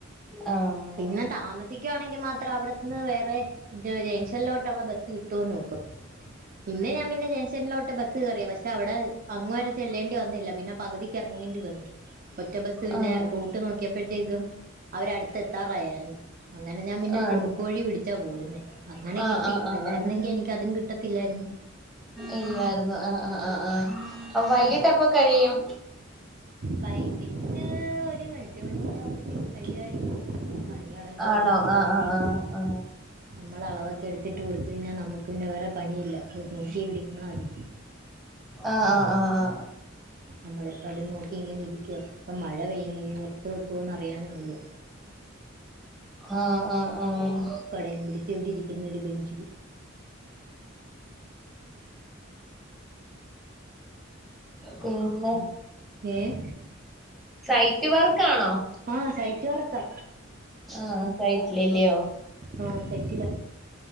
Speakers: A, in the centre; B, on the right.
A: ആഹ്
B: പിന്നെ താമസിക്കുവാണെങ്കി മാത്രം അവിടെന്ന് വേറെ ജെ ജംഗ്ഷനിലോട്ടുള്ള ബസ് കിട്ടുവോന്ന് നോക്കും ഇന്ന് ഞാൻ പിന്നെ ഇംഗ്ഷനിലോട്ട് ബ ബസ്സ് കേറിയെ പക്ഷെ അവിടെ അങ്ങ് വരെ ചെല്ലേണ്ടി വന്നില്ല പിന്നെ പകുതിക്ക് എറങ്ങേണ്ടി വന്നു ഒറ്റ ബസ്സ് പിന്നെ
A: ആഹ്
B: റൂട്ട് നോക്കിയപ്പഴ്ത്തേക്കും അവരടുത്ത് എത്താറായായിരുന്നു അങ്ങനെ ഞാൻ പിന്നെ
A: ആഹ് ആണ്
B: കുറുക്കുവഴി പിടിച്ചാ പോരുന്നേ അങ്ങനെ
A: ആഹ്
B: കിട്ടി
A: ആഹ് ആഹ്
B: അല്ലായിരുന്നെങ്കി
A: ആഹ്
B: എനിക്ക് അതും കിട്ടത്തില്ലായിരുന്നു
A: ഇല്ലായിരുന്നു ആഹ് ആഹ് ആഹ് ആഹ് വൈകിട്ടെപ്പൊ കഴിയും
B: വൈകിട്ട് എട്ട് മണിയൊക്കെ ആവുമ്പഴ്ത്തേക്ക് കഴിയുവായിരിക്കും പിന്നെ പണി നടക്കോ
A: ആണോ
B: എടുക്കുവോ വെറുതെ
A: ആ ആ
B: ഇരിക്കും
A: ആ ആ
B: നമ്മൾ അളവൊക്കെ എടുത്തിട്ട് കൊടുത്ത കഴഞ്ഞാൽ നമ്മുക്ക് പിന്നെ വേറെ പണിയില്ല നോക്കിയിവിടരുന്നാ മതി
A: ആഹ് ആഹ് ആഹ്
B: നമ്മളിപ്പോ അതും നോക്കി ഇങ്ങനെ ഇരിക്കുവാ ഇപ്പ മഴ പെയ്യുന്നീ <unintelligible> ത്ത് വെക്കുവോന്ന് അറിയാനും വയ്യ
A: ആഹ് ആഹ് ആഹ്
B: കൊടയും പിടിച്ച് ഇവിടെ ഇരിക്കുന്ന് ഒരു ബെഞ്ചില്
A: പിന്നെ
B: ഏഹ്
A: സൈറ്റ് വർക്കാണോ
B: ആഹഹ് സൈറ്റ് വർക്കാ
A: ആഹ് സൈറ്റില് അല്ലിയോ
B: അഹ് സൈറ്റിലാ